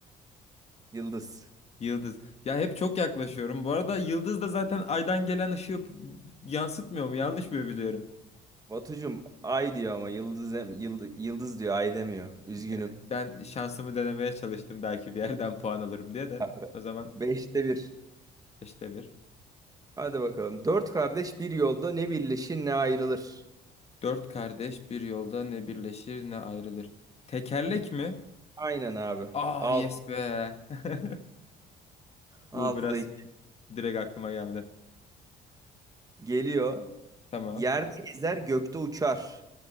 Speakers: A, on the right; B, on the left.
A: Yıldız.
B: Yıldız. Ya hep çok yaklaşıyorum. Bu arada yıldız da zaten aydan gelen ışığı p- yansıtmıyor mu? Yanlış mı biliyorum?
A: Batucum ay diyor ama yıldız, dem- yıld- yıldız diyor ay demiyor. Üzgünüm.
B: Ya, Ben şansımı denemeye çalıştım belki bir yerden <laughs> puan alırım diye de.
A: Abi,
B: O zaman
A: Beşte bir.
B: işte bir.
A: Hadi bakalım. Dört kardeş bir yolda ne birleşir ne ayrılır.
B: Dört kardeş bir yolda ne birleşir ne ayrılır. Tekerlek
A: İp
B: mi?
A: aynen abi.
B: Aa
A: Alt,
B: yes be. <laughs>
A: altıda
B: Bu biraz
A: iki.
B: direkt aklıma geldi.
A: Geliyor.
B: Tamam.
A: Yerde gezer gökte uçar.